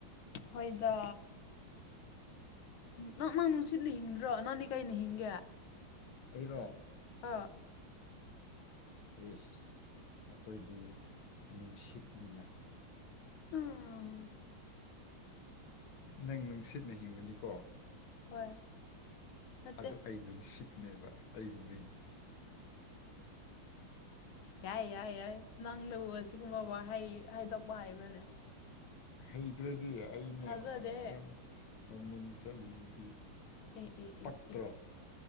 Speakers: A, on the left; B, on the left.
A: ꯍꯣꯏꯗ ꯅꯪ ꯅꯪ ꯅꯨꯡꯁꯤꯠꯅꯤꯡꯗ꯭ꯔꯣ ꯅꯪꯅꯤ ꯀꯩꯅ ꯍꯤꯡꯒꯦ
B: ꯑꯩꯔꯣ
A: ꯑ
B: ꯌꯦꯁ ꯑꯩꯈꯣꯏꯗꯤ ꯅꯨꯡꯁꯤꯠꯅꯤꯅ
A: ꯎꯝ
B: ꯅꯪ ꯅꯨꯡꯁꯤꯠꯅ ꯍꯤꯡꯕꯅꯤꯀꯣ
A: ꯍꯣꯏ ꯅꯠꯇꯦ
B: ꯑꯗꯨ ꯑꯩ ꯅꯨꯡꯁꯤꯠꯅꯦꯕ ꯑꯩ ꯃꯤꯡ
A: ꯌꯥꯏ ꯌꯥꯏ ꯌꯥꯏ ꯅꯪꯅꯕꯨ ꯑꯁꯤꯒꯨꯝꯕ ꯋꯥꯍꯩ ꯍꯥꯏꯗꯣꯛ ꯚꯥꯏꯕꯅꯦ
B: ꯍꯩꯗ꯭ꯔꯗꯤ ꯑꯩꯅ
A: ꯊꯥꯖꯗꯦ
B: ꯈ꯭ꯋꯥꯏꯗ ꯃꯃꯤꯡ ꯆꯠꯂꯤꯁꯤꯗꯤ
A: ꯑꯦ ꯑꯦ
B: ꯄꯛꯇ꯭ꯔꯣ
A: ꯑꯦ ꯑꯦ